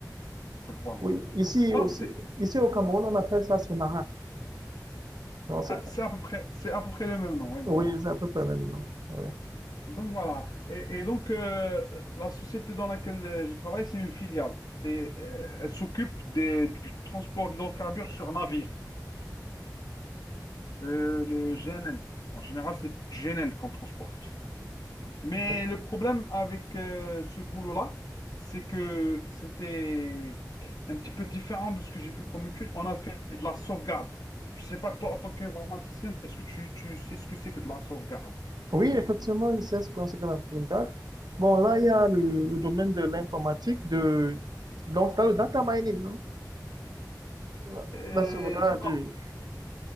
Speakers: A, on the left; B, on the right.
A: Donc voilà.
B: Oui. Ici
A: Ah,
B: aussi,
A: c'est
B: ici au Cameroun, on appelle ça Sonara. Non, c'est-
A: ah, c'est à peu près, c'est à peu près le même nom, oui,
B: oui,
A: voilà.
B: c'est à peu près le même nom. Oui.
A: Donc voilà. Et, et donc, euh, la société dans laquelle euh, je travaille, c'est une filiale. C'est, euh, elle s'occupe des- du transport d'hydrocarbures sur navire, Euh, le GNL. En général, c'est du GNL qu'on transporte. Mais
B: Oui.
A: le problème avec euh, ce boulot-là, c'est que c'était un petit peu différent de ce que j'ai fait comme étude. On a fait de la sauvegarde. Je ne sais pas, toi, en tant qu'informaticien, est-ce que tu, tu sais ce que c'est que de la sauvegarde?
B: Oui, effectivement, je sais ce qu'on sait que la front Bon, là, il y a le, le domaine de l'informatique, de... donc c'est le data mining, non? La,
A: Euh,
B: la sauvegarde
A: non.
B: du...